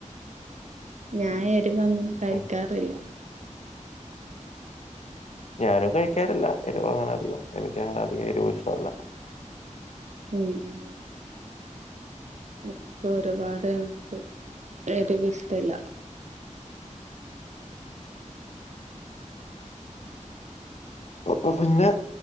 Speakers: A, on the right; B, on the left.
A: ഞാൻ എരുവങ്ങനെ കഴിക്കാറില്ല
B: ഉം ഞാനും കഴിക്കാറില്ല എരുവങ്ങനധികം എനിക്കങ്ങനെ അധികം എരുവും ഇഷ്ടല്ല
A: ഉം ഉം എനിക്ക് ഒരുപാടങ്ങ്ണ്ട് എരിവിഷ്ടല്ല
B: അപ്പൊ പിന്നെ